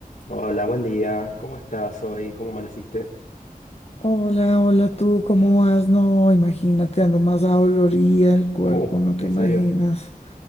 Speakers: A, on the left; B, on the left.
A: Hola, buen día. ¿Cómo estás hoy? ¿Cómo amaneciste?
B: Hola, hola tú, ¿cómo vas? No, imagínate, ando más adolorida el cuerpo,
A: Oh,
B: no te
A: ¿en
B: imaginas.
A: serio?